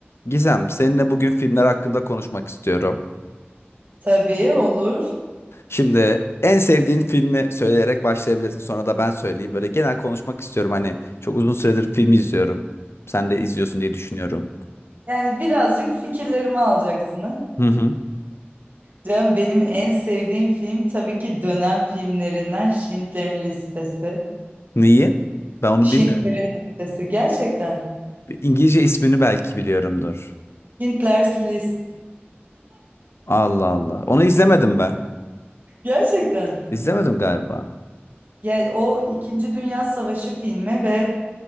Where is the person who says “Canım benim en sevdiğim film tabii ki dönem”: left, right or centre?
Right